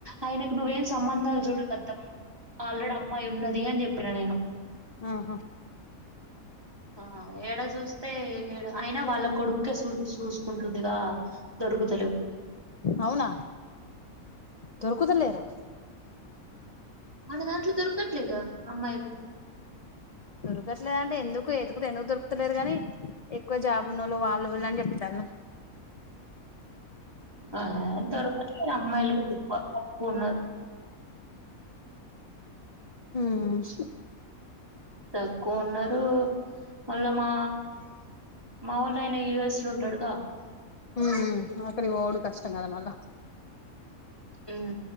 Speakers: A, on the right; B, on the left.
A: ఆయనకు నువ్వేం సంబంధాలు చూడగద్దామా ఆల్రెడీ అమ్మాయి ఉన్నది అని చెప్పినా నేను
B: హ
A: ఆ ఏడ చూస్తే ఏడ అయినా వాళ్ళ కొడుక్కే చూ చూసు కుంటుందిగా దొరుకుతలేవు
B: అవునా దొరుకుతలేరా
A: మన దాంట్లో దొరకట్లేగా అమ్మాయిలు
B: దొరకట్లేదంటే ఎందుకు ఎతుకుతే ఎందుకు దొరుకతలేరు గాని ఎక్కువ జాబు ఉన్న వాళ్ళు వీళ్ళు అని చెప్తారు నువ్వు
A: ఆంతొరకత మీరు అమ్మాయిలు కూడా చానా తక్కువ ఉన్నారు
B: ఆమ్
A: తక్కువ ఉన్నారు మళ్ళా మా మా వాళ్ళ ఆయిన యుఎస్ లో ఉంటాడుగా
B: ఉమ్ అక్కడికి పోడు కష్టం కదా మళ్ళా
A: ఉమ్